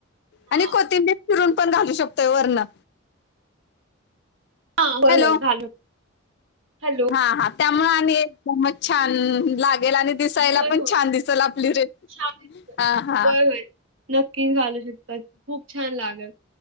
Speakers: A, on the right; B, on the left.
A: हां.
B: आणि कोतीिंबी चिरून पण घालू शकतोय वर्ण.
A: हां, होय,
B: हॅलो
A: होय घालू हॅलो.
B: हा हा. त्यामुळे आणि एकदमच छान लागेल आणि दिसायला
A: होय,
B: पण
A: होय.
B: छान दिसेल आपली रेसिपी
A: छान दिसतं.
B: हा हा.
A: होय, होय. नक्कीच घालू शिकतात. खूप छान लागल